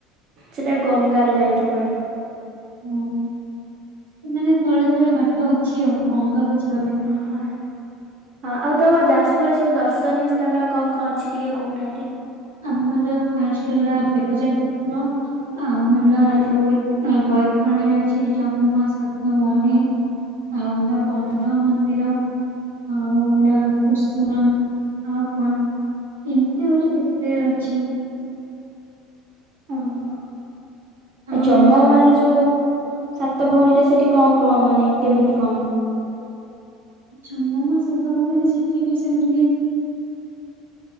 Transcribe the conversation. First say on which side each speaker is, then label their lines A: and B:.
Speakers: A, on the right; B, on the right.
A: ସେଟା ଗଙ୍ଗାରେ ଯାଇଙ୍କି ପଡେ।
B: ଓ ସେ ମାନେ ତଳେ ତଳେ ବାଟ ଅଛି ଆଉ ଗଙ୍ଗାକୁ ଯିବା ପାଇଁ।
A: ହଁ। ହଁ ଆଉ ତମ ଯାଜପୁରରେ ସବୁ ଦର୍ଶନୀୟ ସ୍ଥାନ କଣ କଣ ଅଛି ଟିକେ କହୁନାହାନ୍ତି।
B: ଆମର ଫାଷ୍ଟ ହେଲା ବେରଜା କ୍ଷେତ୍ର। ଆଉ ହେଲା ଯୋଉ ବୈତରଣୀରେ ଅଛି ଜମ ମା ସାତ ଭଉଣୀ।
A: <inaudible>
B: <unintelligible> ମନ୍ଦିର ଆଉ ହେଲା କୁସୁମା ଆଉ କଣ ଏମିତି ଆହୁରି କେତେ ସେ ଅଛି।
A: ଓହୋ
B: ଆଉ
A: ଆ ଜମ
B: ହେଲା
A: ମାଜ ଯଉ ସାତ ଭଉଣୀରେ ସେଠି କଣ କଣ ମାନେ କେମିତି କଣ?
B: ଜମମା ସାତ ଭଉଣୀରେ ସେଠି ବି ସେମିତି